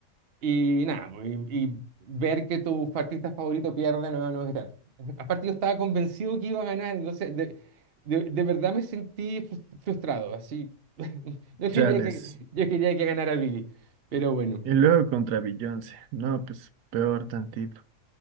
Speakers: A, on the right; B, on the right.
A: Y nada, pues, y, y ver que tu artista favorito pierde no, no es grato. <laughs> Aparte yo estaba convencido que iba a ganar, entonces de, de- de verdad me sentí frus- frustrado, así. <laughs> Yo quería
B: Chales.
A: que, yo quería que ganara Billy, pero bueno.
B: Y luego contra Beyoncé. No, pues peor tantito.